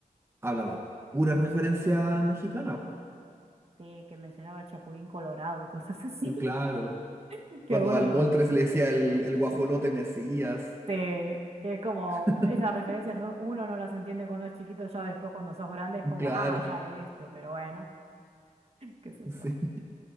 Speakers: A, on the right; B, on the right.
A: hablaba pura referencia mexicana.
B: Sí, que mencionaba el Chapulín Colorado y cosas así. <laughs>
A: Claro.
B: Que
A: Cuando
B: a uno,
A: al Moltres le decía el, el guajolote Mesías.
B: Sí, que es como,
A: <laughs>
B: esas referencias u- uno no las entiende cuando es chiquito, ya después cuando sos grande es como,
A: Claro,
B: ah, ya de esto, pero bueno, qué sé yo.
A: sí.